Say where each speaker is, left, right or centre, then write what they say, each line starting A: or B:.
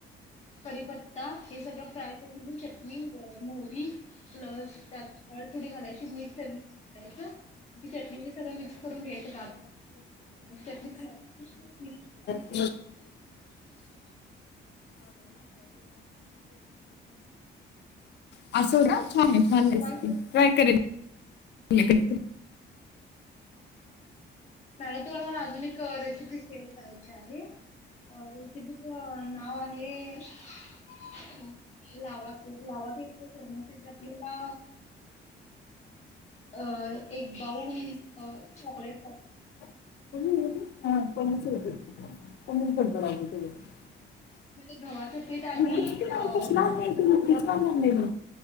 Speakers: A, on the left; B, on the left.
A: कढीपत्ता हे सगळं फ्राय करून घेऊन चटणी मोहरी प्लस त्यात हळद थोडी घालायची मीठ चवीनुसार घायचं म्ह चटणी सगळं मिक्स करून घ्यायचं <inaudible> <inaudible> <inaudible> <inaudible>
B: <inaudible> <inaudible> <inaudible> <inaudible> असो ना छान आहे छान
A: तुम्हाला
B: रेसिपी ट्राय करेन <inaudible> घेतली
A: मॅडम तुम्हाला मला अजून एक रेसिपी शेअर करायची आहे अ रेसिपी च ना नाव आहे लावा केक लावा केक ते करण्यासाठी आपल्याला अ एक बाऊल चॉकलेट पाह
B: <inaudible> <inaudible>
A: त्यामध्ये गव्हाचं पीठ आणि
B: लिपस्टिकची काय
A: अ
B: कसं लावून नाही ती लिपस्टिक लावून आणली मी.